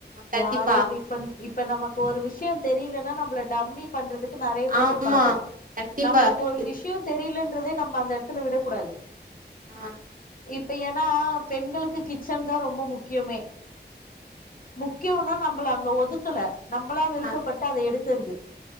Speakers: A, on the right (about 50°); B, on the left (about 50°).
A: கண்டிப்பாக
B: யாரையு டிஃபன் இப்ப நமக்கு ஒரு விஷய தெரியலனா நம்மள டம்மி பண்றதுக்கு நெறைய பேர்
A: ஆமாம்
B: இருப்பாங்க
A: கண்டிப்பாக
B: நம்புளுக்கு
A: கண்டிப்பாக
B: ஒரு விஷய தெரிலன் றதே நம்ம அந்த எடத்து விட கூடாது
A: ஆ
B: இப்ப ஏன்னா பெண்களுக்கு கிச்சன்தா ரொம்ப முக்கியமே முக் கியோனா நம்மள அங்க ஒதுக்கல நம்பளா
A: ஆ
B: விருப்பபட்டு
A: ஆ
B: அத எடுத் தருது